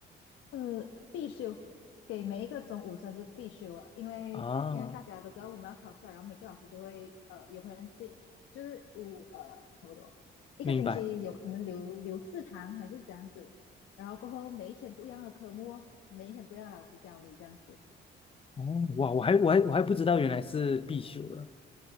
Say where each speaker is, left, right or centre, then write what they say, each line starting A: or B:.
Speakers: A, on the left; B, on the left.
A: 呃，必修，给每一个中五生是必修啊，因为因为大家都知道我们要考试了然后每个老师就会呃，
B: 啊，
A: 有可能这就是五呃差不多一个星期有可能留留四堂还是这样子，
B: 明白。
A: 然后过后每一天不一样的科目哦每一天不一样的老师教你这样子，
B: 哦，哇，我还我还我还不知道原来是必修的。